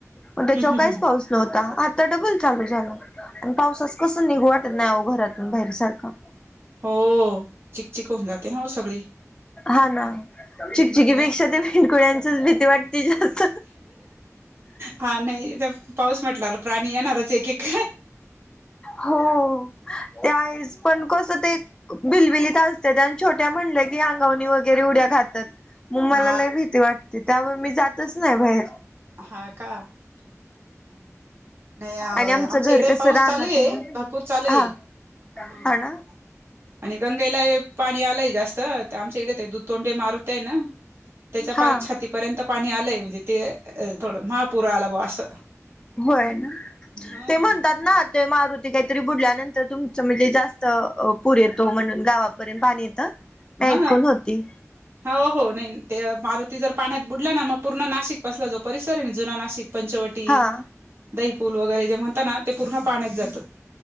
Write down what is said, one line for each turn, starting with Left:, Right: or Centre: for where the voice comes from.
Left: पण त्याच्यावर
Right: हं हं
Left: काहीच
Right: हं
Left: पाऊस नव्हता, आता डबल चालू झाला, आणि पाऊस असा कसं निघू वाटत नाही वो, घरातून बाहेर सारखं.
Right: हो, चिकचिक होऊन जाते ना, सगळी
Left: हा ना,
Right: हम्म
Left: चिकचिकी
Right: नाही
Left: पेक्षा ते बेंडकुळ्यांचीच भीती वाटते जास्त.
Right: हा नाही, तर पाऊस म्हटला वर प्राणी येणारच एक एक.
Left: हो, त्या वेळेस पण कस ते बिलबिलीत असत्याता, आणि छोट्या म्हणले की अंगावरनि वगैरे उड्या घालतात. म मला
Right: हा
Left: लई भीती वाटते. त्यामुळे मी जातच नाय बाहेर.
Right: हां. का? हं. हं. नाही अहो.
Left: आणि आमचं
Right: आमच्या
Left: घर
Right: इकडे
Left: कसं
Right: पाऊस
Left: रानात
Right: चालू
Left: आहे
Right: ए.
Left: ना
Right: भरपूर चालूए.
Left: हा
Right: हां.
Left: हा ना
Right: आणि गंगेला ये पाणी आलंय जास्त. त आमच्या इकडे ते दू तोंडे मारुती ये ना? त्याच्या
Left: हा.
Right: पाार छातीपर्यंत पाणी आलंय. म्हणजे ते अ थोडं, महापुर आला बुवा असं.
Left: व्हय ना?
Right: हा
Left: ते म्हणतात ना- ते मारुती काहीतरी बुडल्यानंतर तुमचं म्हणजे जास्त पूर येतो म्हणून गावा- -पर्यंत पाणी येतं. मी
Right: हां.
Left: ऐकून होती
Right: हो. हो. नाही ते मारुती जर पाण्यात बुडला ना? मग पूर्ण नाशिक पासला जो परिसर आहे ना? जुना नाशिक, पंचवटी.
Left: हा.
Right: दहीपूल वगैरे जे म्हणता ना? ते पूर्ण पाण्यात जात.